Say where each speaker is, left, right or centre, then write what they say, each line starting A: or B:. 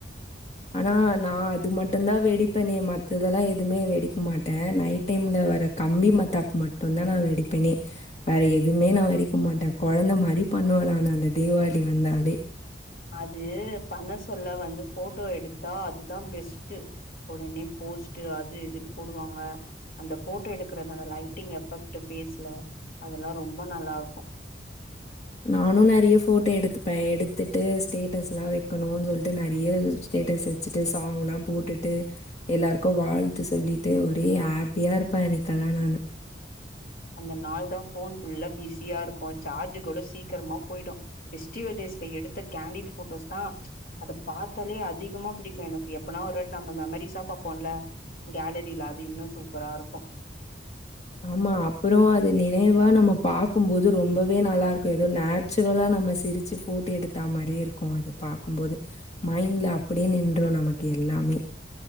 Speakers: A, on the left; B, on the left.
A: ஆனா நான் அது மட்டும் தான் வெடிப்பேனே மத்ததெல்லாம் எதுவுமே வெடிக்க மாட்டேன் நைட் டைம்ல வர கம்பி மத்தாப் மட்டும்தான் நா வெடிப்பேனே வேற எதுவுமே நான் வெடிக்க மாட்டேன் கொழந்த மாரி பண்ணுவ நான அந்த தீபாவளி வந்தாலே
B: அது பண்ண சொல்ல வந்து போட்டோ எடுத்தா அதுதான் பெஸ்ட்டு உடனே போஸ்ட் அது இதுன்னு போடுவாங்க அந்த போட்டோ எடுக்ற அந்த லைட்டிங் எஃபெக்ட் ஃபேஸ்ல அதெல்லாம் ரொம்ப நல்லா இருக்கும்
A: நானும் நிறைய போட்டோ எடுத்துப்பேன் எடுத்துட்டு ஸ்டேட்டஸ் எல்லாம் வைக்கணும்னு சொல்லிட்டு நெறைய ஸ்டேட்டஸ் வச் வச்சுட்டு சாங் எல்லா போட்டுட்டு எல்லாருக்கும் வாழ்த்து சொல்லிட்டு ஒரே ஹாப்பியா இருப்பேன் அன்னைக்கெல்லா நானு
B: அந்த நாள் தா ஃபோன் ஃபுல்லா பிஸியா இருக்கும் சார்ஜ் கூட சீக்கிரமா போயிடும் ஃபெஸ்டிவல் டேஸ்ல எடுத்த கேண்டட் போட்டோஸ் தா அத பாத்தாலே அதிகமா பிடிக்கும் எனக்கு எப்பனா ஒரு நம்ம மெமரிஸா பாப்போம்ல கேலரியில அது இன்னும் சூப்பரா இருக்கும்
A: ஆமா அப்புறம் அது நினைவா நம்ம பாக்கும்போது ரொம்பவே நல்லா இருக்கும் ஏதோ ந ச்சுரலாக நம்ம சிரிச்சு போட்டோ எடுத்தா மாரியே இருக்கும் அது பாக்கும்போது மைண்ட்ல அப்டியே நின்று நமக்கு எல்லாமே